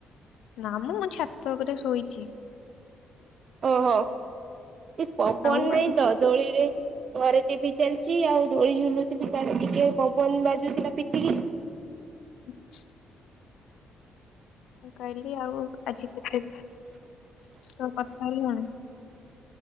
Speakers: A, on the left; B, on the right.
A: ନା ମୁଁ ମୋ ଛାତ ଉପରେ ଶୋଇଛି।
B: ଓହୋ ଏ ପବନ
A: ଆଉ ଆଜି
B: ନାଇଁ ଦୋଳିରେ ଘରେ ଟିଭି ଚାଲିଛି ଆଉ ଦୋଳି ଝୁଲୁଥିଲି ତା ଟିକେ ପବନ ବାଜୁଥିଲା ପିଠିକି।
A: <unintelligible> ମୁଁ କହିଲି ଆଉ ଆଜି କେତେ ସବୁ କଥା ହେଲାଣି?